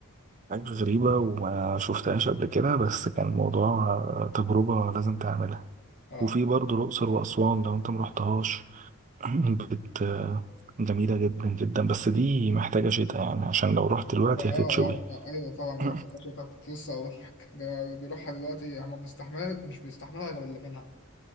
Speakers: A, on the right; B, on the left.
A: حاجة غريبة وما شفتهاش قبل كده بس كان الموضوع تجربة لازم تعملها
B: اه
A: وفي برضه الأقصر وأسوان لو أنت مرحتهاش <clears throat> بت جميلة جدا جدا بس دي محتاجة شتاء يعني عشان لو رحت دلوقتي
B: ده اه اه
A: هتتشوي
B: آه، ايوه طبعا دي
A: <laughs>
B: محتاجة ده كنت لسه اقول لك ده اللي بيروحها دلوقتي هما بيستحمل مش بيستحملها غير اللي منها